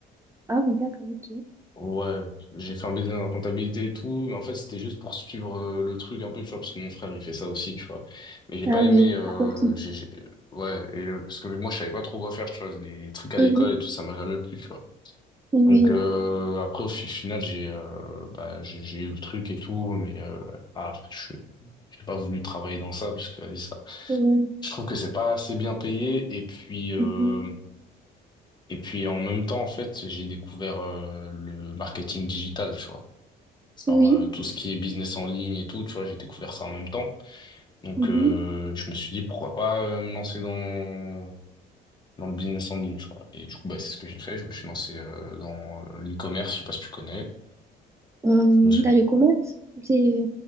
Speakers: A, on the right; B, on the left.
A: Ah oui, d'accord, ok.
B: Ouais, j'ai fait un BD dans la comptabilité et tout, mais en fait c'était juste pour suivre euh, le truc un peu, tu vois, parce que mon frère il fait ça aussi, tu vois. Mais j'ai pas
A: Ah
B: aimé,
A: oui,
B: euh,
A: apporte.
B: j'ai, j'ai- ouais, et, euh, parce que moi je savais pas trop quoi faire, tu vois, les, les trucs à
A: Mhm.
B: l'école et tout, ça m'a jamais plu, tu vois.
A: Oui.
B: Donc euh, après au fi- final j'ai, euh, bah j'ai j'ai eu le truc et tout, mais euh, ah, après je j'ai pas voulu travailler dans ça puisque vas-y ça.
A: Euh,
B: Je trouve que c'est pas assez bien payé et puis euh,
A: mhm.
B: et puis en même temps en fait j'ai découvert euh, le marketing digital, tu vois.
A: Oui.
B: Genre, euh, tout ce qui est business en ligne et tout, tu vois, j'ai découvert ça en même temps. Donc,
A: mhm.
B: euh, je me suis dit, pourquoi pas euh, me lancer dans, dans le business en ligne, tu vois. Et du coup, bah, c'est ce que j'ai fait. Je me suis lancé euh, dans euh, l'e-commerce, je sais pas si tu connais.
A: Euh,
B: Je-
A: dans le commerce, c'est